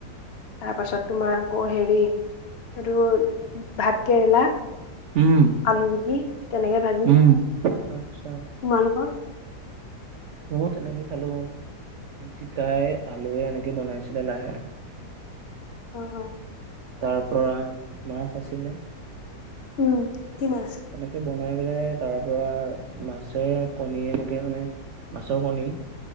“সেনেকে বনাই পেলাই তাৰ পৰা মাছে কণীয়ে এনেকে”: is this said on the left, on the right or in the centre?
Right